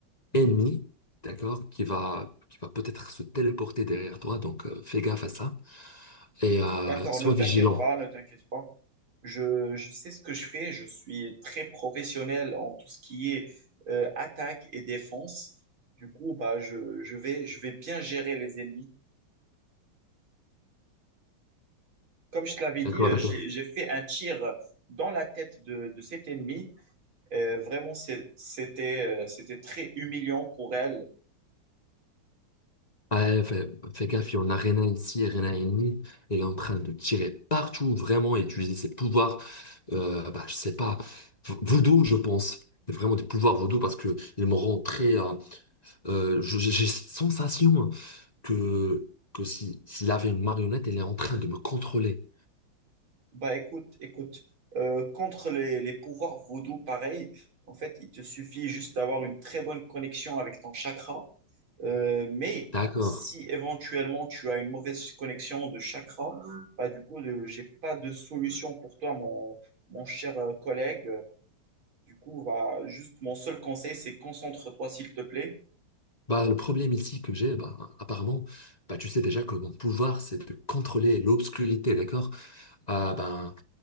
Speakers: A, on the left (about 25°); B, on the right (about 65°).
A: ennemi, d'accord, qui va, qui va peut-être se téléporter derrière toi, donc euh, fais gaffe à ça. Et euh,
B: D'accord,
A: sois
B: ne t'inquiète
A: vigilant,
B: pas, ne t'inquiète pas. Je, je sais ce que je fais, je suis très professionnel en tout ce qui est euh, attaque et défense. Du coup, bah, je, je vais, je vais bien gérer les ennemis. Comme je te l'avais dit,
A: d'accord,
B: euh,
A: d'accord.
B: j'ai, j'ai fait un tir dans la tête de, de cet ennemi. Euh, vraiment, c'est- c'était, euh, c'était très humiliant pour elle.
A: Ah, ouais, fais, fais gaffe, il y en a Rena ici, Rena ennemie, elle est en train de tirer partout, vraiment, et utiliser ses pouvoirs, euh, bah, je sais pas, v- voodoo, je pense. C'est Vraiment des pouvoirs voodoo parce que ils me rendent très. euh, euh, je- j'ai j'ai cette sensation que, que si, s'il avait une marionnette, elle est en train de me contrôler.
B: Bah, écoute, écoute, euh, contre les, les pouvoirs vaudous, pareil, en fait, il te suffit juste d'avoir une très bonne connexion avec ton chakra. Euh, mais
A: D'accord.
B: si éventuellement tu as une mauvaise connexion de chakra, bah, du coup, je j'ai pas de solution pour toi, mon, mon cher euh, collègue. Du coup, va juste mon seul conseil, c'est concentre-toi, s'il te plaît.
A: Bah, le problème ici que j'ai, bah, apparemment, bah, tu sais déjà que mon pouvoir, c'est de contrôler l'obscurité, d'accord? Ah, ben,